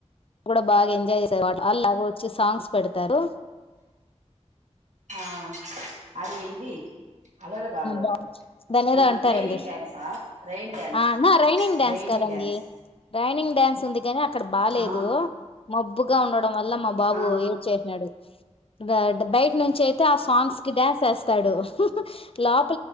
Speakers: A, on the left; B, on the right.
A: కూడా బాగా ఎంజాయ్ చేస్తారు వా వాళ్ళలాగా వచ్చి సాంగ్స్ పెడతారు
B: ఆ అదే ఇది అలలు కాదు
A: బాగు దాన్నేదో
B: ఏమ
A: అంటారండి
B: రైనింగ్ డ్యాన్సా రైన్ డ్యాన్స్
A: ఆ నా రైనింగ్ డ్యాన్స్
B: రైనీ
A: కదండి
B: డ్యాన్స్
A: రైనింగ్ డ్యాన్స్ ఉంది కదా అక్కడ బాలేదు
B: ఆ
A: మబ్బుగా ఉన్న డం వల్ల మా బాబు
B: ఆ
A: ఏది చేరిడు ద అంటే బయ నుంచి అయితే ఆ సాంగ్స్ కి డాన్స్ వేస్తా స్తాడు లా